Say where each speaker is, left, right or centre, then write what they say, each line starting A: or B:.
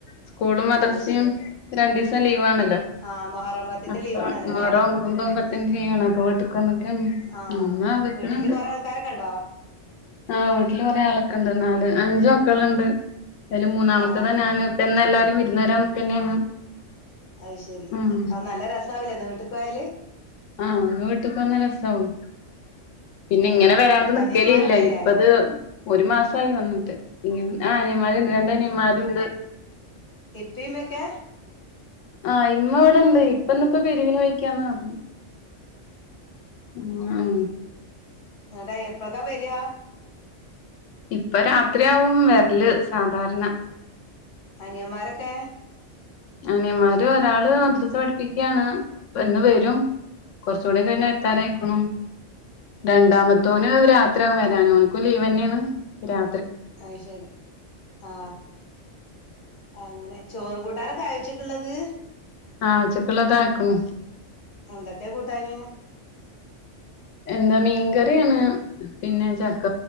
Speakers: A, on the left; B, on the left.
A: സ്കൂളും മദ്രസയും
B: അത് ശരി അപ്പൊ
A: രണ്ടിസം ലീവ് ആണല്ലോ
B: ആ മൊഹറം പത്തിന്റെ
A: <unintelligible>
B: ലീവ്
A: അപ്പ
B: ആണല്ലോ അല്ലെ
A: വീട്ട്ക്ക് വന്നക്കാണ്
B: ആഹ്
A: ഉമ്മ വെക്ക്ണ്
B: വീട്ടില്
A: ണ്ട്
B: കൊറേ ആൾക്കാരൊക്കെ ഉണ്ടോ
A: ആ വീട്ടില് കൊറെ ആളൊക്കെണ്ട് നാല് അഞ്ച് മക്കളൊണ്ട് അയില് മൂന്നാമത്തെതാ
B: ആഹ്
A: ഞാണ് ഇപ്പ ഇന്ന് എല്ലാരും വിര്ന്ന് വരാൻ നിക്കന്നെയാണ്
B: അയ് ശെരി
A: ഉം
B: ആ നല്ല രസാവില്ലെന്ന് വീട്ട്ക്ക് പോയാല്?
A: ആ ഇന്ന് വീട്ട്ക്ക് വന്നാ രസാവും പിന്നെ
B: ആഹ്
A: ഇങ്ങനെ വരാതെ നിക്കലില്ല
B: അനിയന്മാരൊക്കെല്ലേ
A: ഇപ്പത് ഒരു മാസായി വന്നിട്ട് ഇങ്ങനെ ആ അനിയൻ മാരുണ്ട് രണ്ട് അനിയൻ മാര്ണ്ട്
B: ഇപ്പേം ഇമ്മേംക്കെ
A: ആ ഇമ്മ ഇവ്ട്ണ്ട് ഇപ്പ ഇന്നിപ്പോ പിരിവിന് പോയിക്യാന്ന് പറഞ്ഞെ ആ ആ
B: എട എപ്പക്കാ വരിയാ
A: ഇപ്പ രാത്രിയാവും വരല് സാധാരണ
B: അനിയമ്മാരൊക്കേ
A: അനിയമാര് ഒരാള് മദ്രസ പഠിപ്പിക്കാണ് ഇന്ന് വരും. കുറച്ചൂടെ കഴിഞ്ഞാ എത്താനായ്ക്ക്ണു. രണ്ടാമത്തോന് രാത്രിയാവും വരാന്. ഓൻക്കും ലീവന്ന്യാണ്. രാ
B: അയ്ശരി ആ അങ്ങനെ. ചോറ് കൂട്ടാനൊക്കായോച്ചക്കുള്ള്ത്?
A: ആഹ് ഉച്ചക്കുള്ളതായ്ക്കുണു.
B: എന്തൊക്കെ കൂട്ടാന്
A: എന്താ മീൻകറിയാണ് പിന്നെ ചക്ക